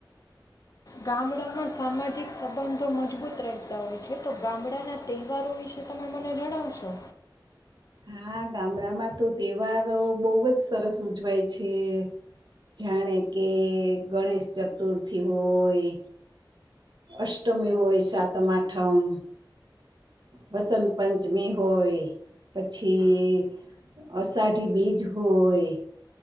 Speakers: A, on the left; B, on the right.
A: ગામડામાં સામાજિક સંબંધો મજબૂત રહેતા હોય છે તો ગામડાના તહેવારો વિશે તમે મને જણાવશો.
B: હા ગામડામાં તો તહેવારો બવ જ સરસ ઉજવાય છે જાણે કે ગણેશ ચતુર્થી હોય. અષ્ટમી હોય સાતમ આઠમ વસંત પંચમી હોય પછી અષાઢી બીજ હોય